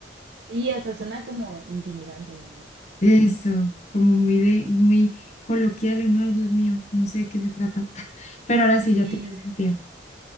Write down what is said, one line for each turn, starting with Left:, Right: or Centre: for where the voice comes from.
Right: sí, hasta suena como intimidante el nombre.
Left: Eso, como muy de, muy coloquial, uno, ay, Dios mío, no sé de qué se trata. <laughs> Pero ahora sí ya
Right: Sí,
Left: tiene sentido.